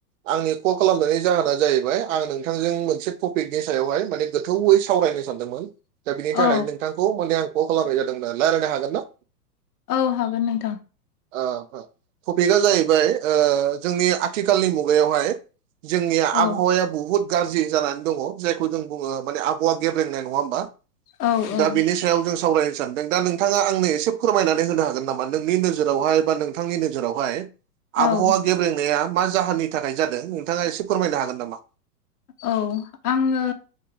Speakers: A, on the right; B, on the left.
A: आंनि कल खालामनायनि जाहोना जाहैबाय आं नोंथांजों मोनसे टपिकनि सायावहाय माने गोथौवै सावरायनो सानदोंमोन दा बिनि थाखाय
B: औ
A: नोंथांखौ माने आं कल खालामनाय जादोंमोन रायज्लायनो हागोन ना
B: औ हागोन नोंथां
A: टपिकआ जाहैबाय जोंनि आथिखालनि मुगायावहाय जोंनिया
B: औ
A: आबहावाया बुहुत गाज्रि जानानै दङ जायखौ जों बुङो माने आबहावा गेब्रेंनाय नङा होमबा
B: औ औ
A: दा बेनि सायाव जों सावरायनो सानदों दा नोंथाङा आंनो एसे फोरमायनानै होनो हागोन नामा नोंनि नोजोरावहाय बा नोंथांनि नोजोरावहाय आबहावा
B: औ
A: गेब्रेंनाया मा जाहोननि थाखाय जादों नोंथाङा एसे फोरमायनो हागोन नामा
B: औ आङो